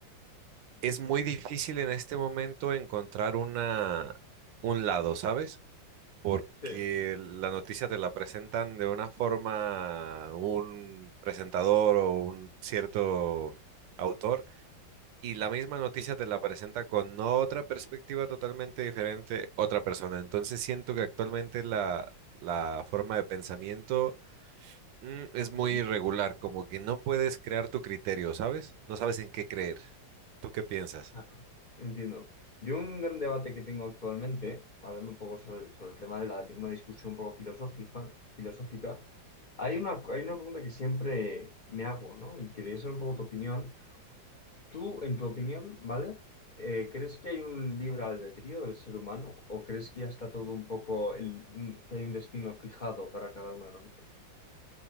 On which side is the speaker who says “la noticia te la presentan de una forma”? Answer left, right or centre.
Right